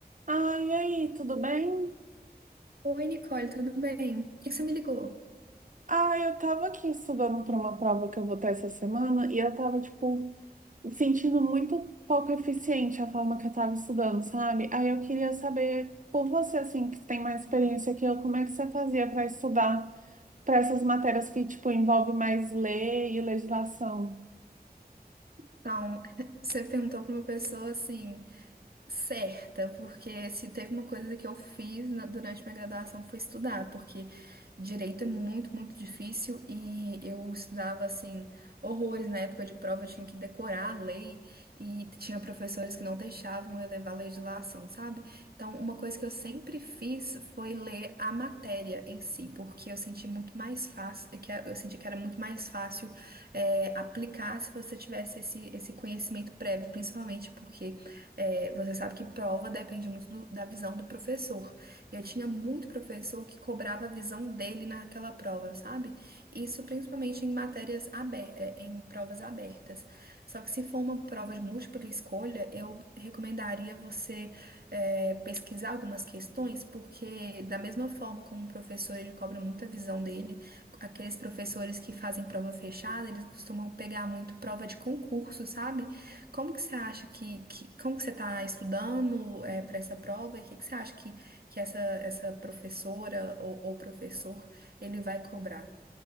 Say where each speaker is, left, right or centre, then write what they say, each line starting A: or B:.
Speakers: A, on the right; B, on the right.
A: Ah, e aí, tudo bem?
B: Oi, Nicole, tudo bem? Por que que você me ligou?
A: Ah, eu tava aqui estudando para uma prova que eu vou ter essa semana e eu tava, tipo, sentindo muito pouco eficiente a forma que eu tava estudando, sabe? Aí eu queria saber, por você, assim, que tem mais experiência que eu, como é que você fazia para estudar para essas matérias que, tipo, envolve mais lei e legislação?
B: Então, <laughs> você perguntou para uma pessoa assim, certa, porque se teve uma coisa que eu fiz na- durante minha graduação foi estudar, porque direito é muito, muito difícil e eu estudava assim horrores na época de prova, eu tinha que decorar a lei e tinha professores que não deixavam eu levar a legislação, sabe? Então, uma coisa que eu sempre fiz foi ler a matéria em si, porque eu senti muito mais fácil, que eu senti que era muito mais fácil é, aplicar se você tivesse esse, esse conhecimento prévio, principalmente porque é, você sabe que prova depende muito do- da visão do professor. E eu tinha muito professor que cobrava a visão dele naquela prova, sabe? Isso principalmente em matérias abertas, em provas abertas. Só que se for uma prova de múltipla escolha, eu recomendaria você é, pesquisar algumas questões, porque da mesma forma como o professor ele cobra muita visão dele, aqueles professores que fazem prova fechada, eles costumam pegar muito prova de concurso, sabe? Como que você acha que, que como que você está estudando para essa prova e o que, que você acha que, que essa, essa professora ou, ou professor ele vai cobrar?